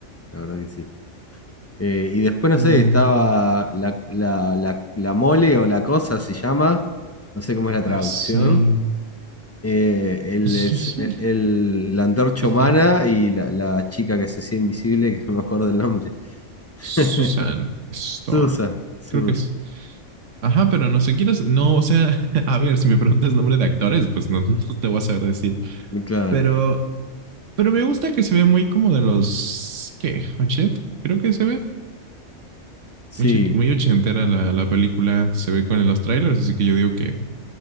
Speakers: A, on the left; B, on the right.
A: La verdad que sí. Eh, y después, no
B: Mm,
A: sé, estaba la, la, la, la mole o la cosa, se llama, no sé cómo es la traducción.
B: Ah, sí.
A: Eh, el,
B: Pues sí,
A: es-
B: sí,
A: el- el- la antorcha
B: The Thing.
A: humana y la, la chica que se hacía invisible, que no me acuerdo el nombre. <laughs>
B: Susan Storm.
A: Susa Susa
B: Creo que es. Ajá, pero no sé quién es. No, o sea, <laughs> a ver, si me preguntas nombre de actores, pues no, <laughs> no te voy a saber decir.
A: claro.
B: Pero, pero me gusta que se ve muy como de los, ¿qué? ochenta Creo que se ve.
A: Sí,
B: Muy, ch- muy ochentera la, la película se ve con los trailers, así que yo digo que